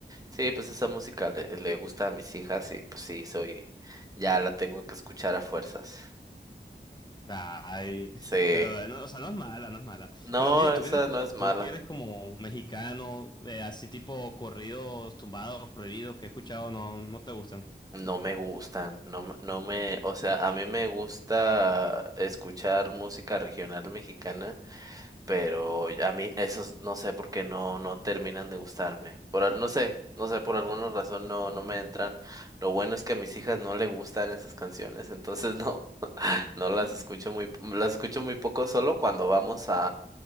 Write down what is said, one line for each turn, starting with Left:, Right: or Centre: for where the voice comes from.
Right: sí, pues esa música le, le gusta a mis hijas y pues sí, soy, ya la tengo que escuchar a fuerzas.
Left: Ay,
Right: Sí,
Left: pero no, o sea, no es mala, no es mala.
Right: no,
Left: Pero mira, tú
Right: esa
Left: que eres, co-
Right: no es mala.
Left: tú que eres como mexicano, eh, así tipo corridos tumbados, prohibidos que he escuchado, no, no te gustan.
Right: No me gustan, no, me- no me, o sea, a mí me gusta escuchar música regional mexicana, pero a mí esos no sé por qué no, no terminan de gustarme. Por, al- no sé, no sé, por alguna razón no, no me entran. Lo bueno es que a mis hijas no le gustan esas canciones, entonces no, <laughs> no las escucho muy, las escucho muy poco, solo cuando vamos